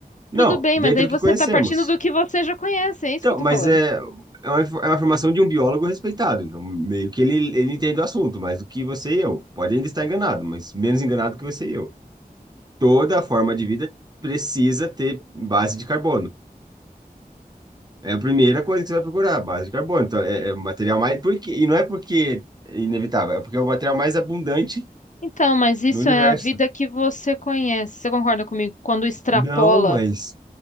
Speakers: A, on the right (about 25°); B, on the left (about 50°).
A: Não,
B: tudo bem,
A: dentro
B: mas aí
A: do
B: você
A: que conhecemos.
B: está partindo do que você já conhece, é isso
A: Então,
B: que eu estou
A: mas
B: falando.
A: é, é uma, infor- é uma informação de um biólogo respeitado. Então, meio que ele, ele entende o assunto, mais do que você e eu. Pode ainda estar enganado, mas menos enganado que você e eu. Toda forma de vida precisa ter base de carbono. É a primeira coisa que você vai procurar, base de carbono. Então, é, é o material mais. Por quê? E não é porque é inevitável, é porque é o material mais abundante
B: Então, mas isso
A: no universo.
B: é a vida que você conhece. Você concorda comigo? Quando extrapola,
A: Não, mas